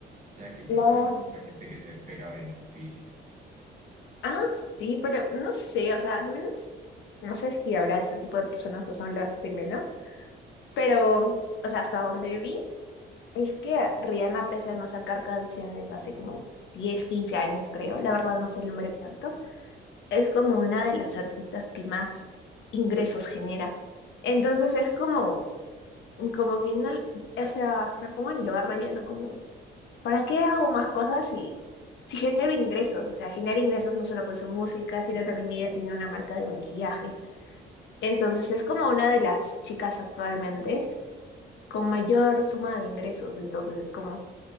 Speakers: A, on the right (about 40°); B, on the left (about 65°).
A: ya que pues
B: La...
A: hay mucha gente que se pega del físico.
B: Ah, sí, pero no sé, o sea, al menos, no sé si habrá ese tipo de personas o son las de menos, pero, o sea, hasta donde vi, es que Rihanna, pese a no sacar canciones hace como 10 15 años, creo, la verdad no sé el número exacto, es como una de las artistas que más ingresos genera. Entonces es como, como que no, o sea, me pongo en el lugar de ella, ¿no? Como ¿Para qué hago más cosas si, si genero ingresos? O sea, genera ingresos no solo con su música, sino también ella tiene una marca de maquillaje. Entonces es como una de las chicas actualmente con mayor suma de ingresos. Entonces es como,